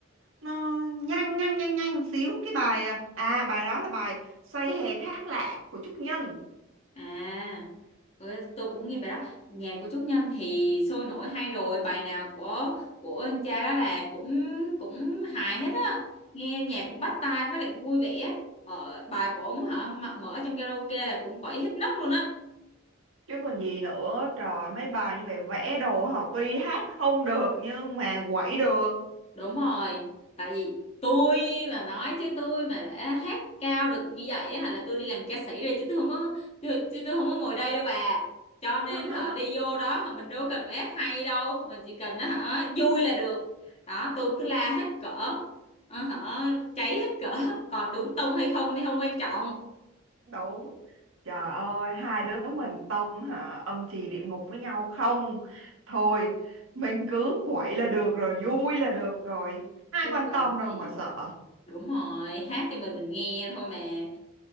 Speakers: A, on the right; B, on the left.
A: nó nhanh nhanh nhanh nhanh xíu cái bài à à, bài đó là bài Say hè khác lạ của Trúc Nhân
B: à Ừ, tôi cũng nghe bài đó nhạc của Trúc Nhân thì sôi nổi hay rồi bài nào của của anh cha đó là cũng cũng hài hết á nghe nhạc cũng bắt tai với lại vui vẻ ờ, bài của ông hả mà mở trong karaoke là cũng quẩy hết nấc luôn á
A: chứ còn gì nữa trời mấy bài như bài vẽ đồ họ tuy hát không được nhưng mà quẩy được
B: Đúng rồi, tại vì tôi mà nói chứ tôi mà đã hát cao được như vậy á, là tôi đi làm ca sĩ rồi chứ tôi không có tôi, chứ tôi không có ngồi đây đâu bà. Cho
A: <laughs>
B: nên họ đi vô đó mà mình đâu cần phải hát hay đâu, mình chỉ cần nó hả vui là được. Đó, tôi cứ la hết cỡ, ờ, hả cháy hết cỡ, còn đúng tông hay không thì không quan trọng.
A: đúng trời ơi hai đứa mình tông hả âm trì địa ngục với nhau không thôi mình cứ quậy là được rồi vui là được rồi ai
B: Chứ
A: quan
B: còn
A: tâm đâu
B: gì,
A: mà sợ
B: đúng rồi, hát cho mình mình nghe thôi mà.